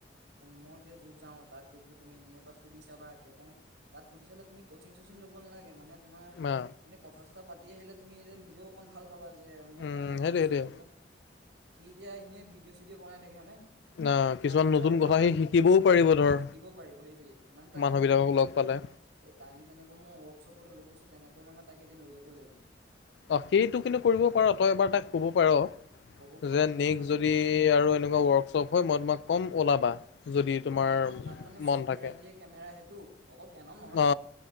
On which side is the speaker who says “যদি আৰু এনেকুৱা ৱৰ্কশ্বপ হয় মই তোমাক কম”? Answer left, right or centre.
Left